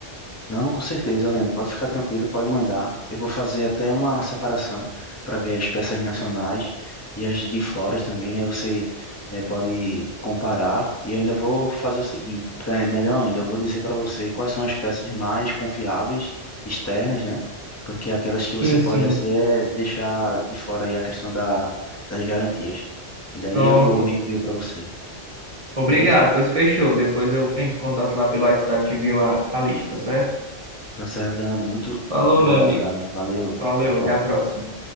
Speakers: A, on the left; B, on the right.
A: Não, com certeza, Helena. Pode ficar tranquilo, pode mandar. Eu vou fazer até uma separação para ver as peças nacionais e as de fora também. Aí você eh, pode comparar. E ainda vou fazer o seguinte, pra, melhor ainda, eu vou dizer para você quais são as peças mais confiáveis externas, né? Porque aquelas que você
B: Sim,
A: pode
B: sim,
A: assim, é deixar de fora aí a questão da, das garantias. E daí
B: pronto.
A: eu envio para você,
B: Obrigado,
A: beleza?
B: pois fechou. Depois eu entro em contato lá pelo WhatsApp e te envio a, a lista, certo?
A: Tá certo, Leandro. Muito
B: Falou,
A: obrigado,
B: meu amigo.
A: cara. Valeu.
B: Valeu,
A: Até a próxima.
B: até a próxima.